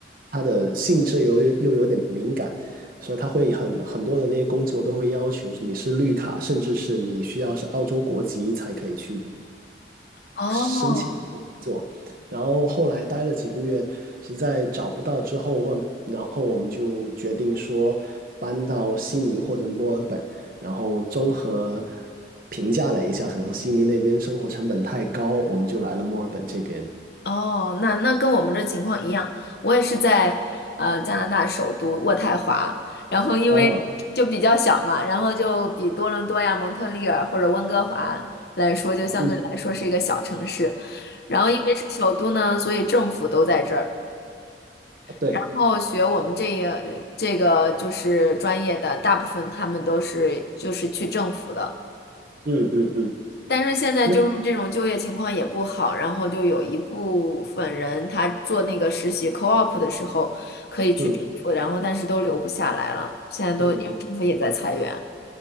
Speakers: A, on the right; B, on the left.
A: 它的性质又又有点敏感。所以他会很很多的那些工作都会要求你是绿卡，甚至是你需要是澳洲国籍才可以去
B: 哦
A: 申请这个工作。然后后来待了几个月，实在找不到之后，或然后我们就决定说搬到悉尼或者墨尔本，然后综合评价了一下，可能悉尼那边生活成本太高，我们就来了墨尔本这边。
B: 哦，那那跟我们这情况一样，我也是在呃加拿大首都渥太华，然后因为就比较小嘛，
A: 啊，
B: 然后就比多伦多呀、蒙特利尔或者温哥华来说，就相对来说是一个小城市。
A: 嗯，
B: 然后因为是首都呢，所以政府都在这儿。
A: 啊，对，
B: 然后学我们这个这个就是专业的，大部分他们都是就是去政府的。
A: 嗯嗯嗯，
B: 但是现在就是这种就业情况也不好，
A: 那
B: 然后就有一部分人他做那个实习 co-op 的时候可以去政府，
A: 嗯，
B: 然后但是都留不下来了，现在都因为政府也在裁员。
A: 那也不